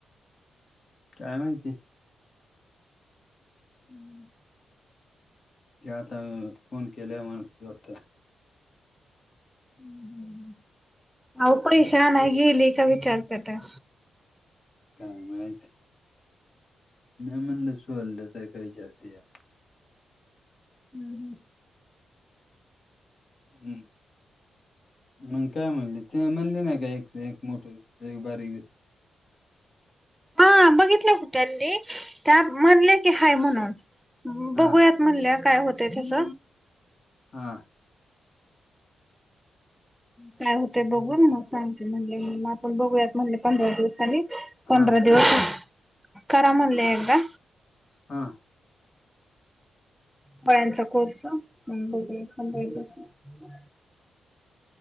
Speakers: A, on the left; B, in the centre.
A: काय माहिती?
B: हम्म.
A: ते आता.. फोन केल्या म्हता डॉक्टर
B: हम्म हम्म हम्म म आओ पैशे आणायला गेले काय विचारते ते
A: काय माइत. नाही म्हणले सुोल्लंता काही झाते.
B: हम् हम.
A: हम्म. मग काय म्हणले ते म्हणले नाही का एक एक मोठ एक बारीक दिसत.
B: हा बघितल्या होतनी त्या म्हणले की हाय म्हणून बघूयात.
A: हा
B: म्हणल्यावर काय होतय तस.
A: हा.
B: काय होतेय बगुन म सांगते म्हणले मग आपण बघूयात म्हणले म पणदरा दिवसांनी पंदरा
A: हा
B: दिवस करामनल एकदा
A: हां
B: गोळ्यांचा कोर्स म बगूया पंधरा दिवसांन